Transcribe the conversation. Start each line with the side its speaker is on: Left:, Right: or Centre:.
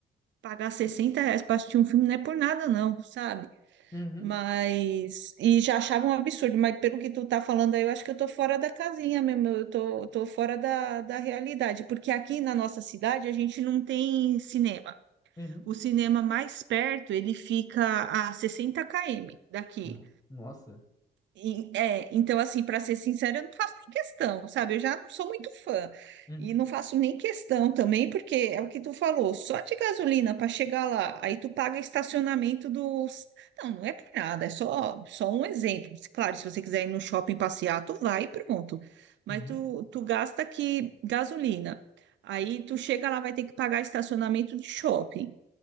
Right: pagar 60 reais para assistir um filme não é por nada, não, sabe?
Left: Uhum.
Right: Mas. E já achava um absurdo, mas pelo que tu tá falando aí, eu acho que eu tô fora da casinha mesmo, eu tô, tô fora da, da realidade, porque aqui na nossa cidade a gente não tem cinema.
Left: Uhum.
Right: O cinema mais perto, ele fica a 60 km daqui.
Left: No- Nossa.
Right: E, é, então, assim, para ser sincera, eu não faço nem questão, sabe? Eu já não sou muito fã
Left: Uhum.
Right: e não faço nem questão também, porque é o que tu falou, só de gasolina para chegar lá, aí tu paga estacionamento dos. Não, não é por nada, é só, só um exemplo. Claro, se você quiser ir no shopping passear, tu vai e pronto. Mas
Left: Uhum.
Right: tu, tu gasta aqui gasolina, aí tu chega lá, vai ter que pagar estacionamento de shopping.